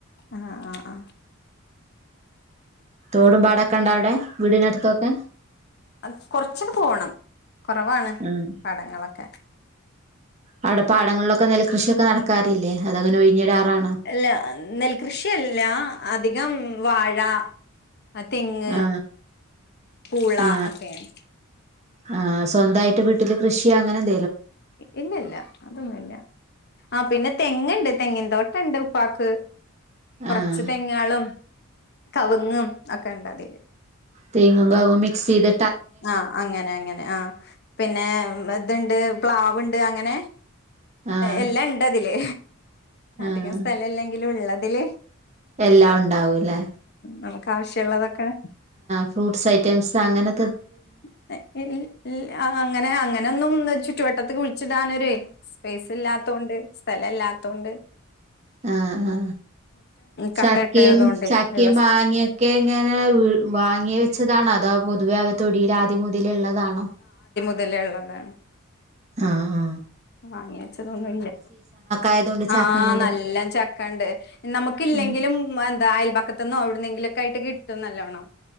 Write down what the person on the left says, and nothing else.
ആഹ്ആഹ് ആ
അത് കൊറച്ചങ്ങട് പോണം കൊറവാണ്
പാടങ്ങളൊക്കെ
യല്ല നെൽകൃഷിയല്ല അധികം വാ ഴ ആ തെങ്ങ്
മുളയെക്കെയാ
ഇല്ല ഇല്ല അതൊന്നുല്ല ആ പിന്നെ തെങ്ങിണ്ട് തെങ്ങിൻ തോട്ടണ്ട് ഉപ്പാക്ക് കൊറച്ച്
തെങ്ങ്കളും കവുങ്ങും ഒക്കെ ഇണ്ടതില്
ആ അങ്ങനെ അങ്ങനെ ആ പിന്നെ വെതെണ്ട് പ്ലാവിണ്ട് അങ്ങനെ
എല്ലാ ഇണ്ടതില് അധികം
സ്ഥലലെങ്കിലും ഉള്ള അതിലേ
നമുക്ക് ആവശ്യമുള്ളതൊക്കെ
ഉം ഏക് ഏയ് ഇല്ല ആ അങ്ങനെ അങ്ങ ഞാൻ എന്നും ചുറ്റു വട്ടത്തുകു വിളിച്ചു ഇടാനൊരെ സ് സ്പേസ് ല്ലാത്തോണ്ട് എല്ലാടത്തും ഉണ്ട്
കട്ടയിട്ടതുകൊണ്ട്
ഉള്ള സ്ഥലം
ലിള്ളതാണ്.
വാങ്ങിവെച്ചതൊന്നുംല്ല
ആഹ
നല്ല ചക്കണ്ട് നമുക്കില്ലെങ്കിലും
എന്താ അയൽപക്കത്തന്നും എവിടുന്നെങ്കിലൊ. കയിട്ട് കിട്ടും നല്ലോണം